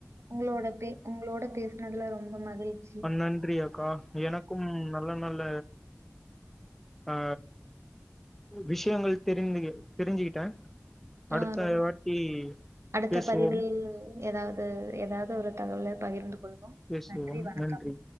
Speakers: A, on the right (about 65°); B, in the centre.
A: உங்களோட பே உங்களோட பேசனதுல ரொம்ப மகிழ்ச்
B: நன்றி அக்கா எனக்கும் நல்ல நல்ல ஆ விஷயங்கள் தெரிந்திது தெரிஞ்சுக்கிட்டே அடுத்த
A: ஆ ரொ
B: வாட்டி
A: அடுத்த
B: பேசுவோம்
A: பதிவில் எதாவ்து எதாவ்து ஒரு தகவல பகிர்ந்து கொள்வோம்
B: பேசுவோம்
A: நன்றி வணக்கம்
B: நன்றி